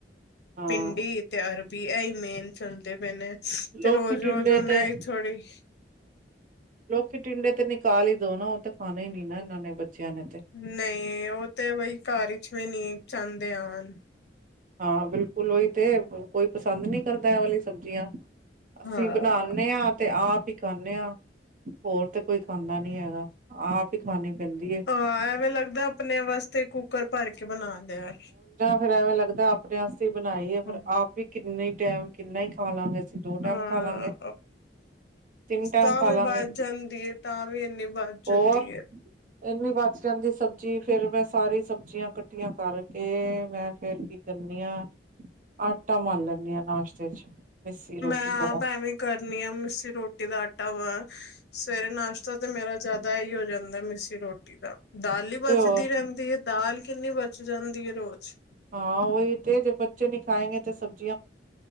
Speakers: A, on the right (about 45°); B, on the left (about 65°).
A: ਹਾਂ
B: ਭਿੰਡੀ ਤੇ ਅਰਬੀ ਮੇਨ ਚੱਲਦੇ ਪਏ ਨੇ। ਤੇ
A: ਲੋਕੀ
B: ਰੋਜ਼-
A: ਟਿੰਡੇ
B: ਰੋਜ਼ ਉਹਨਾਈ
A: ਤੇ
B: ਥੋੜ੍ਹੀ
A: ਲੋਕੀ, ਟਿੰਡੇ ਤੇ ਨਿਕਾਲ ਹੀ ਦੋ ਨਾ। ਉਹ ਤਾਂ ਖਾਣੇ ਹੀ ਨੀ ਨਾ ਇਹਨਾਂ ਨੇ ਬੱਚਿਆਂ ਨੇ ਤੇ
B: ਨਹੀਂ, ਉਹ ਤੇ ਬਈ ਘਰ ਵਿਚ ਵੀ ਨੀ ਚਾਹਦੇ ਆਣ।
A: ਹਾਂ, ਬਿਲਕੁਲ ਉਹੀ ਤੇ, ਕੋਈ ਪਸੰਦ ਨਹੀਂ ਕਰਦਾ ਏ ਵਾਲੀ ਸਬਜ਼ੀਆਂ, ਅਸੀਂ
B: ਹਾਂ।
A: ਬਣਾਦੇ ਆ ਤੇ, ਆਪ ਹੀ ਖਾਂਨੇ ਆ, ਹੋਰ ਤੇ ਕੋਈ ਖਾਂਦਾ ਨੀ ਹੈਗਾ, ਆਪ ਹੀ ਖਾਣੀ ਪੈਂਦੀ
B: ਹਾਂ ਐਵੇਂ ਲੱਗਦਾ, ਆਪਣੇ ਵਾਸਤੇ ਕੁੱਕਰ ਭਰ ਕੇ ਬਣਾ ਲਿਆ
A: ਫਿਰ ਐਵੇਂ ਲੱਗਦਾ, ਆਪਣੇ ਵਸਤੇ ਹੀ ਬਣਾਈ
B: ਹੂੰ।
A: ਏ, ਫਿਰ ਆਪ ਹੀ ਕਿੰਨੇ ਟੈਮ, ਕਿੰਨਾ ਹੀ ਖਾ ਲਾਂਗੇ ਅਸੀਂ <inaudible>
B: ਹਾਂ
A: ਤਿੰਨ ਟਾਈਮ
B: ਤਾਂ
A: ਖਾ
B: ਵੀ,
A: ਲਾਂਗੇ
B: ਬਚ ਜਾਂਦੀ ਏ, ਤਾਂ ਵੀ ਇਨੀ ਬਚ ਜਾਂਦੀ
A: ਹੋਰ
B: ਏ
A: ਇੰਨੀ, ਬਚ ਜਾਂਦੀ ਸਬਜ਼ੀ ਫਿਰ ਮੈਂ ਸਾਰੀ ਸਬਜ਼ੀਆਂ, ਇਕੱਠੀਆਂ ਕਰਕੇ ਮੈਂ ਫੇਰ ਕੀ ਕਰਨੀ ਆ ਆਟਾ, ਮੱਲ ਲੈਂਣੀ ਆ ਨਾਸ਼ਤੇ ਚ ਮਿੱਸੀ ਰੋਟੀ
B: ਮੈਂ, ਆਪ
A: ਵਾਲਾ
B: ਐਵੇਂ ਕਰਨੀ ਆ, ਮਿਸੀ ਰੋਟੀ ਦਾ ਆਟਾ ਵਾ ਸਵੇਰੇ ਨਾਸ਼ਤਾ ਤੇ, ਮੇਰਾ ਜ਼ਿਆਦਾ ਹੀ ਹੋ ਜਾਂਦਾ ਮਿੱਸੀ ਰੋਟੀ ਦਾ। ਦਾਲ, ਵੀ
A: ਤੇ
B: ਬੱਚਦੀ
A: ਹੋਰ
B: ਰਹਿਦੀ ਏ, ਦਾਲ ਕਿੰਨੀ ਬਚ ਜਾਂਦੀ ਹੈ ਰੋਜ਼
A: ਹਾਂ, ਉਹਹੀ ਤੇੇ ਜੇ ਬੱਚੇ ਨਈ, ਖਾਏਂਗੇ ਤੇ ਸਭ